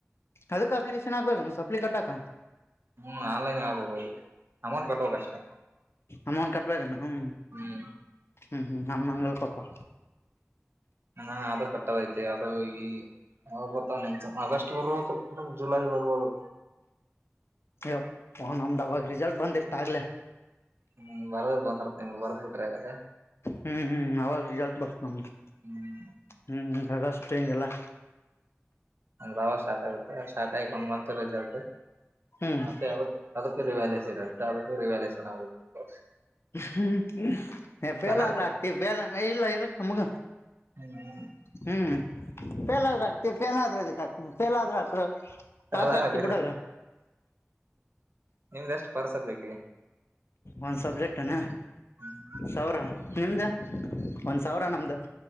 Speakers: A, on the left (about 60°); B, on the right (about 50°).
A: ಅದಕ್ಕ ಅಪ್ಲಿಕೇಶನ್ ಹಾಕ್ಬೇಕ ಸಪ್ಲ ಕಟ್ಟಾಕ.
B: ಹು ಆನ್ಲೈನ್ಗೆ ಹಾಕಬೇಕಾಗೇತಿ ಅಮೌಂಟ್ ಕಟ್ಟಕ್ ಅಷ್ಟೆ.
A: ಅಮೌಂಟ್ ಕಟ್ಬೇಕಣ ಹು.
B: ಹ್ಮ್
A: ಹು ಹು ನಮ್ಮ ಮಂಗಳ ಪಾಪಾ.
B: ಹಣಾ ಅದು ಕಟ್ಟದೈತೆ ಹಾಗ ಈ ಅವಾವಗ ಬರ್ತಾವಣೆ ಎಕ್ಸಾಮ್ ಆಗಸ್ಟ್ ಬರ್ಬೋದು ಜುಲೈ ಬರ್ಬಹದು.
A: ಎಪ್ಪಾ ನಮ್ದ ಅವಾಗ ರಿಸಲ್ಟ್ ಬಂದಿರ್ತ ಆಗ್ಲೇ.
B: ಹ್ಮ್ ಬರ್ದ ಬಂದರ್ತೆ ನಿಮ್ ಬರ್ದ್ ಬಿಟ್ಟಿರೆ ಅದೇ.
A: ಹು ಹು ಅವಾಗ ರೀಜಲ್ಟ್ ಬರ್ತ ನಮದು.
B: ಹ್ಮ್
A: ಹು ಅಗಷ್ಟು ಹಿಂಗೆಲ್ಲಾ.
B: ಬಾಳ ವಷಾ ಸ್ಟಾರ್ಟ್ ಆಗುತ್ತೆ ಸ್ಟಾರ್ಟ್ ಆಯಕ್ ಒಂದ್ ಮಂತ್ ರಿಸಲ್ಟ್
A: ಹ್ಮ್
B: ಮತ್ತೆ ಆ ಅದಕ್ಕೆ ರಿವ್ಯಾಲಿವೇಶನ್ ಅಂತ ರಿವ್ಯಾಲಿವೇಶನ್ ಆಗಬೇಕು.
A: ಹು ಹ್ಹು ಹೆ ಫೇಲ್ ಆದ್ರೂ
B: ಅದಕ್ಕೆ
A: ಆಗ್ತಿ ಫೇಲ್ ಇಲ್ಲ ಇರತ್ ನಮ್ಗ.
B: ಹು ಹು
A: ಹ್ಮ್ ಫೇಲಾದ್ರ ಹಾಕ್ತಿವಿ ಫೇಲದ್ರ ಎದಿಕ್ ಹಾಕ್ತಿ ಫೇಲದ್ರ ಹಾಕು. ಪಾಸ್
B: ಅದ
A: ಆಗ್ತಿ
B: ಬೇಡ
A: ಬಿಡಲ್ಲ.
B: ನಿಮ್ದ ಎಷ್ಟು ಪರಸದ ದೈತಿ
A: ಒಂದ್ ಸಬ್ಜೆಕ್ಟ್ನ
B: ಹ್ಮ್
A: ಸಾವಿರ ನಿಮ್ದ ಒಂದ್ ಸಾವಿರ ನಮ್ದು